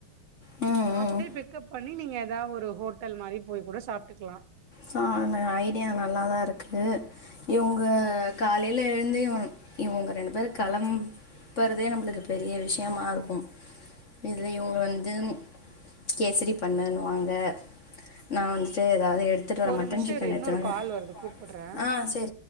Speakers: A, on the left; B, on the right.
A: ம் ம்
B: அப்டியே
A: ம்
B: பிக்கப் பண்ணி நீங்க ஏதா ஒரு ஹோட்டல் மாரி போய் கூட சாப்ட்டுக்கலா
A: சானு ஐடியா நல்லாதா இருக்கு இவுங்க காலைல எழுந்து இவ இவுங்க ரெண்டு பேர் கெளம் பறதே நம்மளுக்கு பெரிய விஷயமா இருக்கும் இதுல இவுங்க வந்து கேசரி பண்ணுனுவாங்க நா வந்துட்டு ஏதாவது எடுத்துட்டு வர்றே
B: ஒரு
A: மட்டன்
B: நிமிஷோ
A: சிக்கன்
B: இரு இன்னொரு
A: எடுத்துன்னு
B: கால் வருது கூப்புட்றே
A: வந்தே